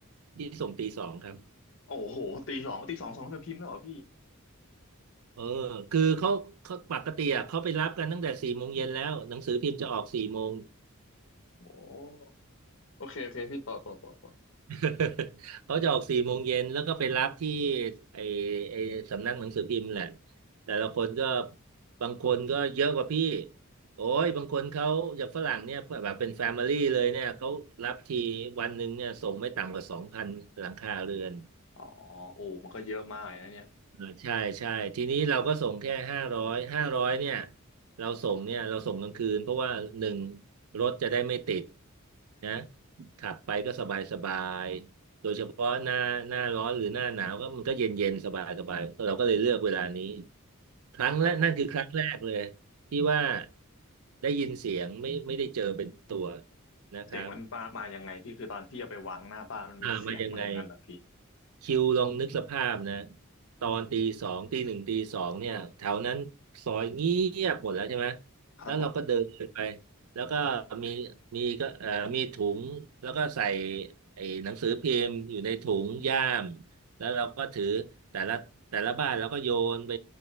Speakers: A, on the right; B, on the left.
A: ที่ส่งตีสองครับ
B: โอ้โหตีสองตีสองสองเธอพิมพ์แล้วเหรอพี่
A: เออคือเขาเขาปกติอ่ะเขาไปรับกันตั้งแต่สี่โมงเย็นแล้วหนังสือพิมพ์จะออกสี่โมง
B: โอ้ โอเคโอเคพี่ต่อต่อต่อต่อ
A: <laughs> เขาจะออกสี่โมงเย็นแล้วก็ไปรับที่ไอไอสำนักหนังสือพิมพ์แหละแต่ละคนก็บางคนก็เยอะกว่าพี่โอ้ยบางคนเขาอย่างฝรั่งเนี่ยแบบเป็นแฟมิลี่เลยเนี่ยเขารับทีวันหนึ่งเนี่ยส่งไม่ต่ำกว่าสองพันหลังคาเรือน
B: อ๋อโอ้มันก็เยอะมากเลยนะเนี่ย
A: เออใช่ใช่ทีนี้เราก็ส่งแค่ห้าร้อยห้าร้อยเนี่ยเราส่งเนี่ยเราส่งกลางคืนเพราะว่าหนึ่งรถจะได้ไม่ติดนะขับไปก็สบายสบายโดยเฉพาะหน้าหน้าร้อนหรือหน้าหนาวก็มันก็เย็นเย็นสบายสบายเราก็เลยเลือกเวลานี้ครั้งแรกนั่นคือครั้งแรกเลย
B: ครับผม
A: ที่ว่าได้ยินเสียงไม่ไม่ได้เจอเป็นตัวนะครับ
B: เสียงมันมามายังไงพี่คือตอนพี่เอาไปวางหน้าบ้านมันมีเสียงอะไรอย่างนั้นเหรอพี่
A: อ่ามายังไง คิวลองนึกสภาพนะตอนตีสองตีหนึ่งตีสองเนี่ยแถวนั้นซอยเงียบหมดแล้วใช่ไหม
B: ครับผม
A: แล้วเราก็เดินไปแล้วก็มีมีก็เอ่อมีถุงแล้วก็ใส่ไอ้หนังสือพิมพ์อยู่ในถุงย่ามแล้วเราก็ถือแต่ละแต่ละบ้านเราก็โยนไป